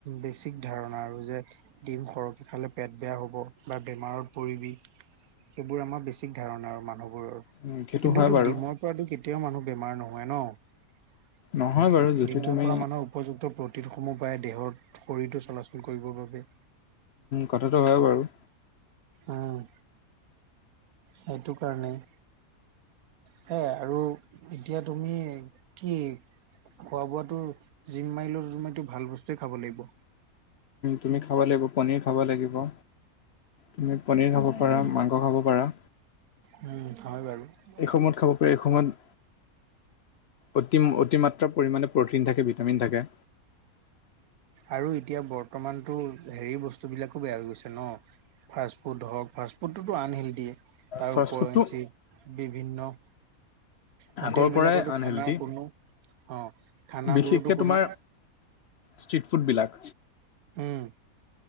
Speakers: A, on the right; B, on the left.
A: বেছিক ধাৰণা আৰু যে! ডিম সৰকৈ খালে পেট বেয়া হ'ব বা বেমাৰত পৰিবি! সেইবোৰ আমাৰ বেছিক ধাৰণা আৰু মানুহবোৰৰ!
B: উম, সেইটো
A: কিন্তু
B: হয়
A: তোক
B: বাৰু
A: ডিমৰ পৰাতো কেতিয়াও মানুহ বেমাৰ নহয় ন!
B: নহয় বাৰু যদি
A: ডিমৰ
B: তুমি
A: পৰা মানুহ উপযুক্ত প্ৰতিোধসমূহ প্ৰায় দেহৰ শৰীৰটো চলাচল কৰিবৰ বাবে
B: কথাটো হয় বাৰু
A: উম সেইটো কাৰণে সেৱে আৰু এতিয়া তুমি কি খোৱা বোৱাটো জিম মাৰিলে ৰুম এইটো ভাল বস্তুৱে খাব লাগিব
B: তুমি খাব লাগিব পনীৰ খাব লাগিব তুমি পনিৰ খাব
A: উম,
B: পাৰা মাংস খাব পাৰা
A: উম হয় বাৰু
B: এই সময়ত খাব পাৰাৰে এইসময়ত অতি অতিমাত্ৰা পৰিমাণে প্ৰটিন থাকে ভিটামিন থাকে
A: আৰু এতিয়া বৰ্তমানতটো হেৰি বস্তুবিলাকো বেয়া হৈ গৈছে ন ফাষ্টফুড হওক ফাষ্টফুডটোতো আনহেল্ডিয়ে তাৰ
B: ফাষ্টফুডটো
A: ওপৰিঞ্চি বিভিন্ন হোটেল
B: আগৰ
A: বিলাকতো
B: পৰাই আনহেল্ডি
A: খানা কোনো অ খানাবোৰতো
B: বিশেষকে
A: কোনো
B: তোমাৰ ষ্ট্ৰিট ফুডবিলাক
A: উম